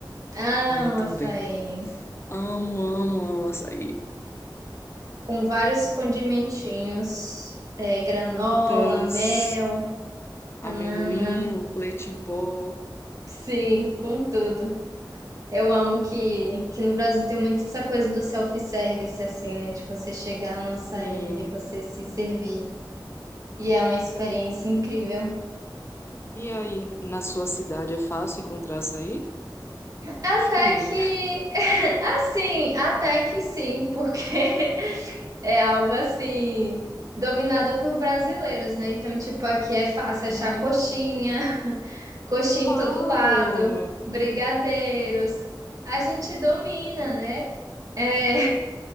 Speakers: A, on the right (about 45°); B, on the left (about 30°).
A: Amo
B: Ah, também.
A: açaí.
B: Amo, amo, amo açaí.
A: Com vários condimentinhos, é, granola,
B: Frutas,
A: mel,
B: amendoim,
A: banana.
B: leite em pó.
A: Sim, com tudo. Eu amo que, que no Brasil tem muito essa coisa do self-service, assim, né? Tipo, você chegar no açaí
B: Sim.
A: e você se servir. E é uma experiência incrível.
B: E aí, na sua cidade é fácil encontrar açaí?
A: Até
B: Acho que não, né?
A: que, <laughs> assim, até que sim, porque <laughs> é algo assim, dominado por brasileiros, né? Então, tipo, aqui é fácil
B: Uhum.
A: achar coxinha, <laughs> coxinha
B: Uau!
A: em todo lado, brigadeiros. A gente domina, né? É,